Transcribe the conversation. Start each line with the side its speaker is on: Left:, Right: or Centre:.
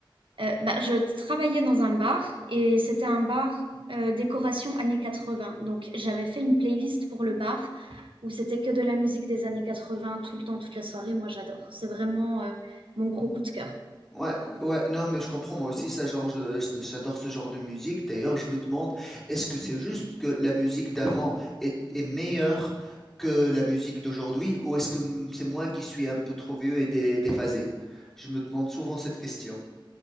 Right: Euh, bah, je travaillais dans un bar et c'était un bar euh, décoration années 80. Donc j'avais fait une playlist pour le bar où c'était que de la musique des années 80 tout le temps, toute la soirée. Moi j'adore. C'est vraiment euh, mon gros coup de cœur.
Centre: Ouais, ouais, non, mais je comprends, moi aussi, ça, genre, je- je- j'adore ce genre de musique. D'ailleurs, je me demande, est-ce que c'est juste que la musique d'avant est, est meilleure que la musique d'aujourd'hui ou est-ce que mm, c'est moi qui suis un peu trop vieux et dé- déphasé? Je me demande souvent cette question.